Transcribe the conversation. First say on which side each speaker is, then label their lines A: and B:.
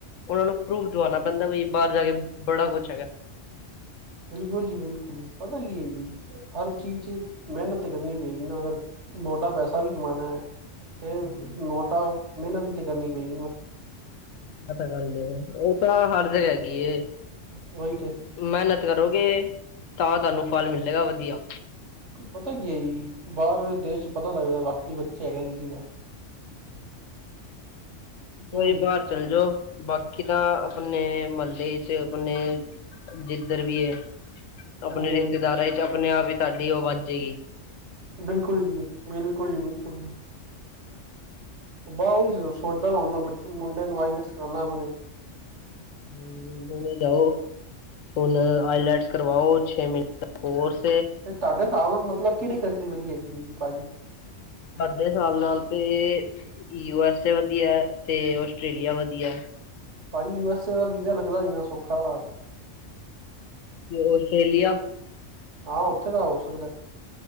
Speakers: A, on the left; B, on the right.
A: ਉਹਨਾਂ ਨੂੰ ਪਰੂਫ ਦਵਾਣਾ ਪੈਂਦਾ ਵੀ ਬਾਹਰ ਜਾ ਕੇ ਬੜਾ ਕੁੱਛ ਹੈਗਾ।
B: ਬਿਲਕੁਲ ਜੀ ਬਿਲਕੁਲ ਪਤਾ ਕੀ ਐ ਜੀ, ਹਰ ਚੀਜ਼ ਚ ਮਿਹਨਤ ਤਾਂ ਕਰਨੀ ਪਏਗੀ ਨਾ ਅਗਰ। ਮੋਟਾ ਪੈਸਾ ਵੀ ਕਮਾਣਾ ਐ, ਤੇ
A: ਹੈਗਾ
B: ਮੋਟਾ ਮਿਹਨਤ ਵੀ ਤੇ ਕਰਨੀ ਪਏਗੀ ਨਾ।
A: ਐ ਤਾ ਗੱਲ ਐ ਉਹ ਤਾਂ ਹਰ ਜਗ੍ਹਾ ਹੈਗੀ ਐ,
B: ਉਹੀ ਤੇ
A: ਮੈਂ ਨਾ ਕਰੋਗੇ ਤਾਂ ਤੁਹਾਨੂੰ ਫਲ ਮਿਲੇਗਾ ਵਧੀਆ।
B: ਪਤਾ ਕੀ ਹੈ ਜੀ ਬਾਹਰਲੇ ਦੇਸ਼ ਚ ਪਤਾ ਲੱਗਦਾ ਵਾਕਈ ਬੱਚਾ ਹੈਗਾ ਕਿਸੇ ਦਾ।
A: ਹਮ।
B: ਕਿਉਂ
A: ਕੋਈ
B: ਜੀ
A: ਬਾਹਰ ਚੱਲ ਜਾਓ ਬਾਕੀ ਤਾਂ ਆਪਣੇ ਮਹੱਲੇ ਚ ਆਪਣੇ ਜਿੱਧਰ ਵੀ ਏ ਆਪਣੇ
B: ਹਾਂਜੀ ਹਾਂਜੀ
A: ਰਿਸ਼ਤੇਦਾਰਾਂ ਵਿੱਚ ਆਪਣੇ ਆਪ ਹੀ ਤੁਹਾਡੀ ਆ ਵੱਜੇਗੀ।
B: ਬਿਲਕੁਲ ਜੀ ਬਿਲਕੁਲ ਜੀ ਬਿਲਕੁਲ ਜੀ। ਬ ਉਹੀ ਸੋਚਦਾ ਹੁਣ ਮੈਂ ਬੱਚ ਮੁੰਡੇ ਨੂੰ ਆਈਲੈਟਸ ਕਰਾਉਦਾ ਆਪਣੇ।
A: ਹਮ ਹੁਣ ਜਾਓ। ਹੁਨ ਆਈਲੈਟਸ ਕਰਵਾਓ ਛੇ ਮਹੀਨੇ ਕੋਰਸ
B: ਤੇ ਤੁਹਾਡੇ ਹਿਸਾਬ ਨਾਲ ਮਤਲਬ ਕਿਹੜੀ ਕੰਟਰੀ ਵਧੀਆ ਹੈਗੀ ਹੈ ਜੀ ਭਾਜੀ।
A: ਸਾਡੇ ਹਿਸਾਬ ਨਾਲ ਤੇ ਯੂ ਐਸ ਏ ਵਧੀਆ ਹੈ ਤੇ ਆਸਟ੍ਰੇਲੀਆ ਵਧੀਆ।
B: ਭਾਜੀ ਯੂ ਐਸ ਏ ਦਾ ਵੀਜ਼ਾ ਲੱਗਦਾ ਨਹੀ ਨਾ ਸੌਖਾ।
A: ਆਸਟ੍ਰੇਲੀਆ।
B: ਹਾਂ ਉੱਥੇ ਦਾ ਹੋ ਸਕਦਾ।